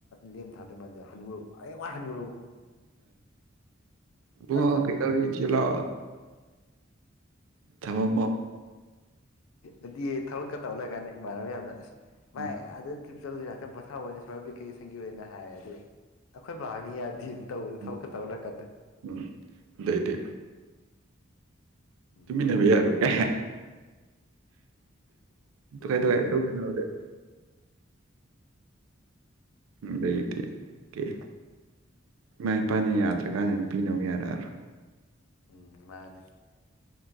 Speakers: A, on the left (about 85°); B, on the right (about 80°).
A: ꯂꯦꯝ ꯊꯥꯗꯕ ꯃꯥꯥꯟꯗꯦ ꯍꯅꯨꯔꯄ ꯑꯩ ꯀ ꯍꯥꯟꯅ ꯂꯔꯕꯣ
B: ꯃꯔ
A: ꯊꯝꯕꯗꯣ
B: ꯀꯩꯗꯧ ꯆꯂ ꯊꯃ
A: ꯑꯗꯨꯗꯤ ꯊꯕꯛꯀ ꯇꯧ ꯂꯩꯔꯀꯥꯟꯗ ꯏꯃꯥꯟꯅꯕ ꯌꯥꯝꯅ ꯑꯁ ꯃꯥꯏ
B: ꯎꯝ
A: ꯑꯗꯨ ꯆꯠꯂꯁꯤ ꯉꯍꯇꯪ ꯄꯣꯊꯥꯕ ꯑꯣꯏꯅ ꯁꯣꯏꯣꯔꯝ ꯕꯤꯀꯦꯁꯟꯒꯤ ꯑꯣꯏꯅ ꯍꯥꯏꯌꯦ ꯑ ꯑꯗꯨ ꯑꯩꯈꯣꯏ ꯕꯥꯔꯅꯤ ꯌꯥꯗꯦ ꯇꯧꯗ
B: ꯎꯝ
A: ꯊꯧꯛ ꯇꯧꯔꯛꯗꯦ
B: ꯎꯝ ꯑꯗꯗꯤ
A: ꯎꯝ
B: ꯇꯨꯃꯤꯟꯅꯕ ꯌꯥꯔꯣꯏ ꯀ
A: ꯕꯖꯥꯔꯗꯗꯤ
B: ꯀꯥꯏꯗ ꯀꯥꯏ ꯇꯧꯒꯅꯦ ꯎ ꯂꯩꯗꯤ ꯀꯦ ꯏꯃꯥ ꯏꯄꯥꯅ ꯌꯥꯗ꯭ꯔꯀꯥꯟꯗ ꯅꯨꯄꯤꯅ ꯑꯃꯨꯛ ꯌꯥꯔꯛꯑꯔꯣꯏ
A: ꯎꯝ ꯃꯥꯅꯦ